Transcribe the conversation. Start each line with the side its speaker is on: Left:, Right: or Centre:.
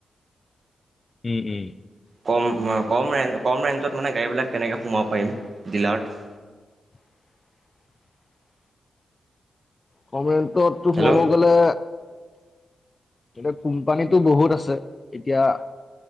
Left: উম, উম
Right: কম, কম ৰে কম ৰেঞ্জত মানে গাড়ীবিলাক কেনেকৈ সোমাব পাৰিম ডিলাৰ্ট
Left: <inaudible> কমটোতো
Right: হেল্ল'
Left: সোমাব গ'লে এয়া কোম্পানীটো বহুত আছে এতিয়া